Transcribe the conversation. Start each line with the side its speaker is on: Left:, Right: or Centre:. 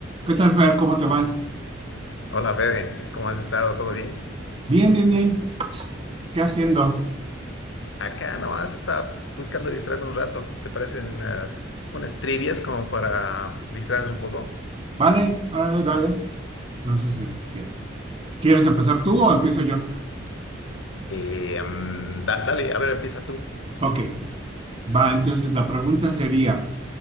Right: ¿Qué tal, Fer? ¿Cómo te van?
Left: Hola Fede, ¿cómo has estado? ¿Todo bien?
Right: Bien, bien, bien. ¿Qué haciendo?
Left: Acá nomás estaba buscando distraerme un rato. ¿Te parecen unas, unas trivias como para distraernos un poco?
Right: Vale, dale, dale. Entonces, este, ¿quieres empezar tú o empiezo yo?
Left: Eh, mm, da- dale, a ver, empieza tú.
Right: Ok, va. Entonces, la pregunta sería,